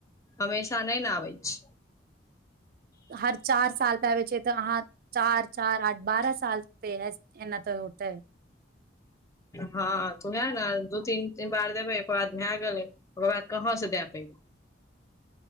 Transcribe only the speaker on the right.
हर चार साल पबै छै तऽ अहाँ चार चार आठ बारह साल प एना त होतै